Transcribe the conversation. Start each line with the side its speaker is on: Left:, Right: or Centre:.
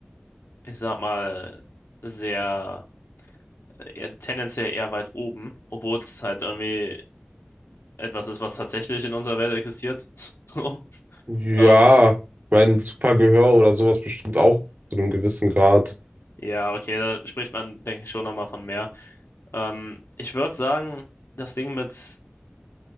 Left: ich sag mal, sehr, eher, tendenziell eher weit oben, obwohl es halt irgendwie etwas ist, was tatsächlich in unserer Welt existiert. <laughs>
Right: Ja,
Left: Ähm,
Right: mein super Gehör oder sowas bestimmt auch zu einem gewissen Grad.
Left: ja, okay, da spricht man, denke ich, schon nochmal von mehr. Ähm, ich würde sagen, das Ding mit,